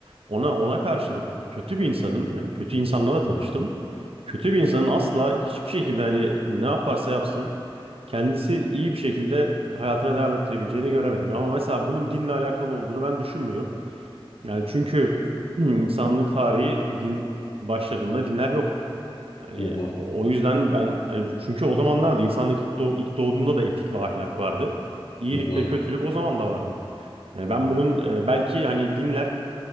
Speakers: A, on the right; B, on the left.
A: Ona ona karşılık kötü bir insanın yani kötü insanlarla tanıştım. Kötü bir insanın asla hiçbir şekilde hani ne yaparsa yapsın kendisi iyi bir şekilde hayatına devam ettirebileceğini göremedim. Ama mesela bunun dinle alakalı olduğunu ben düşünmüyorum. Yani çünkü <clears throat> insanlık tarihi din başladığında dinler yoktu. Yani
B: hı hı,
A: o o yüzden ben hani çünkü o zamanlarda insanlık ilk, doğ- ilk doğduğunda da etik ve ahlak vardı. İyilik
B: hı hı.
A: ve kötülük o zaman da vardı. Yani ben bunun e, belki hani dinler